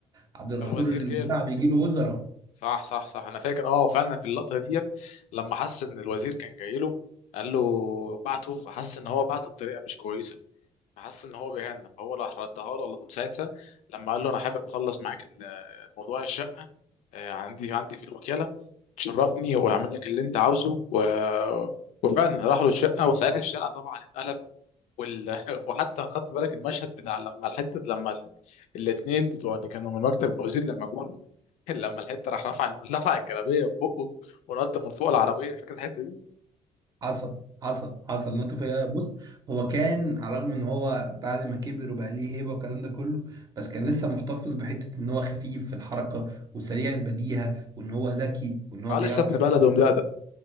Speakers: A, on the right; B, on the left.
A: عبد الغفور
B: الوزير
A: البرع
B: جاله
A: بيجي له وزراء
B: صح صح صح انا فاكر اه فعلا في اللقطه ديت لما حس ان الوزير كان جاي له قال له بعته فحس ان هو بعته بطريقه مش كويسه فحس ان هو بيهنى فهو راح ردها له على طول ساعتها لما قال له انا حابب اخلص معاك ال- موضوع الشقه آه، عندي عندي في الوكاله تشرفني وهعمل لك اللي انت عاوزه و... وفعلا راح له الشقه وساعتها الشارع طبعا اتقلب وال... <laughs> وحتى خدت بالك المشهد بتاع لما الحته لما ال- الاتنين بتوع اللي كانوا من مكتب الوزير لما جم <laughs> لما الحته راح رفع رفع الجلابيه في بقه ونط من فوق العربيه فاكر الحته دي؟
A: حصل حصل حصل نط فيها بص هو كان على الرغم ان هو بعد ما كبر وبقى ليه هيبه والكلام ده كله بس كان لسه محتفظ بحته ان هو خفيف في الحركه وسريع البديهه وان هو ذكي وان هو
B: اه
A: بيعرف
B: لسه ابن بلد ومدقدق